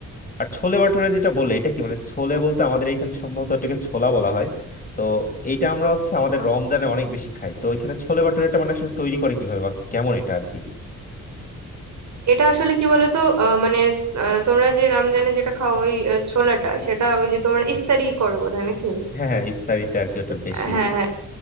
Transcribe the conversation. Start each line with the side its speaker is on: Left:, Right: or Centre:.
Left: আর ছোলে ভাটুরে যেটা বলে এটা কি মানে ছোলে বলতে আমাদের এখানে সম্ভবত এটাকে ছোলা বলা হয় তো এইটা আমরা হচ্ছে আমাদের রমজানে অনেক বেশি খাই তো এখানে ছোলে ভাটুরেটা মানে আসলে তৈরি করে কিভাবে বা কেমন এটা আর কি
Right: এটা আসলে কি বলতো আহ, মানে আহ, তোমরা যে রমজানে যেটা খাও ওই আহ, ছোলাটা সেটা ওই যে তোমার ইফতারি করো বোধহয় নাকি
Left: হ্যাঁ হ্যাঁ ইফতারিতে আর কি ওটা বেশি
Right: হ্যাঁ হ্যাঁ